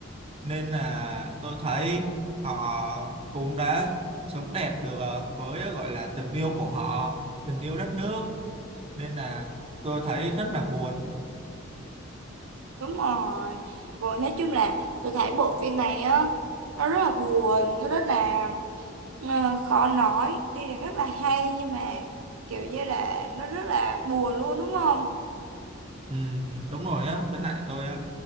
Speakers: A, on the right (about 30°); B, on the right (about 80°).
A: nên là tôi thấy họ cũng đã sống đẹp được ờ, với gọi là tình yêu của họ, tình yêu đất nước, nên là tôi thấy rất là buồn
B: đúng rồi rồi nói chung là tôi thấy bộ phim này á nó rất là buồn nó rất là ờ, khó nói tuy là rất là hay nhưng mà kiểu như là nó rất là buồn luôn đúng không
A: Ừ, đúng rồi á, với lại tôi á,